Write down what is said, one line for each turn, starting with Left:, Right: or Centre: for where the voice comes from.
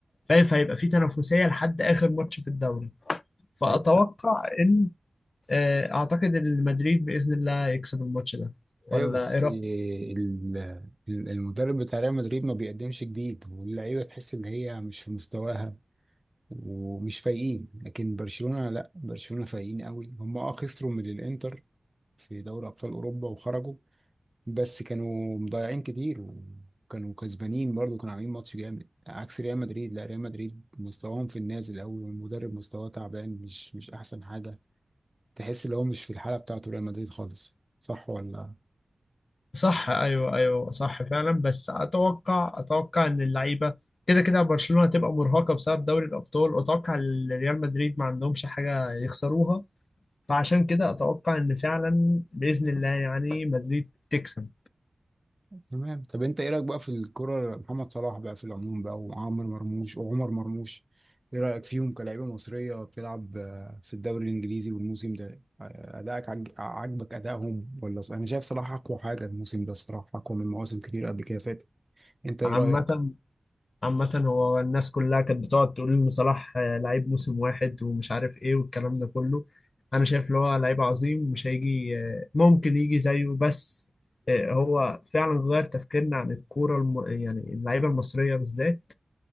Left: فاهم فهيبقى في تنافسيه لحد اخر ماتش في الدوري فاتوقع
Right: أيوة
Left: ان آه، اعتقد ان مدريد باذن الله يكسب الماتش ده ولا
Right: ايوه بس
Left: ايه رايك
Right: ال- ال- المدرب بتاع ريال مدريد ما بيقدمش جديد واللعيبه تحس ان هي مش في مستواها ومش فايقين لكن برشلونه لا برشلونه فايقين قوي هم اه خسروا من الانتر في دوري ابطال اوروبا وخرجوا بس كانوا مضيعين كتير وكانوا كسبانين برضه كانوا عاملين ماتش جامد عكس ريال مدريد لا ريال مدريد مستواهم في النازل قوي والمدرب مستواه تعبان مش مش احسن حاجه تحس ان هو مش في الحاله بتاعته ريال مدريد خالص صح ولا
Left: صح ايوه ايوه صح فعلا بس اتوقع اتوقع ان اللعيبه كده كده برشلونه هتبقى مرهقه بسبب دوري الابطال واتوقع إن ريال مدريد ما عندهمش حاجه يخسروها فعشان كده اتوقع ان فعلا باذن الله يعني مدريد تكسب
Right: تمام طب انت ايه رايك بقى في الكرة محمد صلاح بقى في العموم بقى وعمرو مرموش وعمر مرموش ايه رايك فيهم كلاعيبه مصريه بتلعب آه، في الدوري الانجليزي والموسم ده آه، ادائك عج- عاجبك ادائهم ولا انا شايف صلاح اقوى حاجه الموسم ده الصراحه اقوى من مواسم كتير قبل كده فاتت انت ايه
Left: عامه
Right: رايك
Left: عامه هو الناس كلها كانت بتقعد تقول ان صلاح آه، لعيب موسم واحد ومش عارف ايه والكلام ده كله انا شايف ان هو لعيب عظيم مش هيجي آه، ممكن يجي زيه بس آه، هو فعلا غير تفكيرنا عن الكوره الم... يعني اللعيبه المصريه بالذات